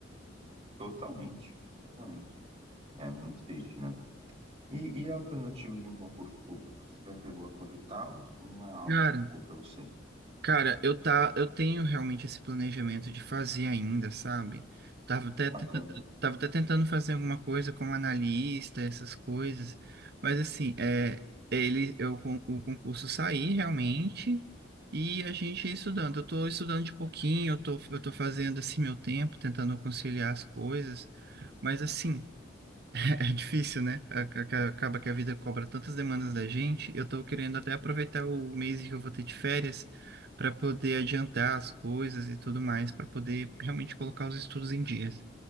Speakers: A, on the right; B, on the right.
A: Totalmente, totalmente. É muito triste, né? E, e a alternativa de um concurso público? Você já chegou a cogitar ou não é algo
B: Cara,
A: para você?
B: Cara, eu, tá, eu tenho realmente esse planejamento de fazer ainda, sabe? Tava até, tenta-
A: Bacana.
B: tava até tentando fazer alguma coisa como analista, essas coisas, mas assim, é, é ele, eu, con- o concurso sair realmente e a gente ia estudando. Eu tô estudando de pouquinho, eu tô, eu tô fazendo assim meu tempo, tentando conciliar as coisas, mas assim. É difícil, né? Ac- ac- Acaba que a vida cobra tantas demandas da gente. Eu tô querendo até aproveitar o mês que eu vou ter de férias para poder adiantar as coisas e tudo mais, para poder realmente colocar os estudos em dias.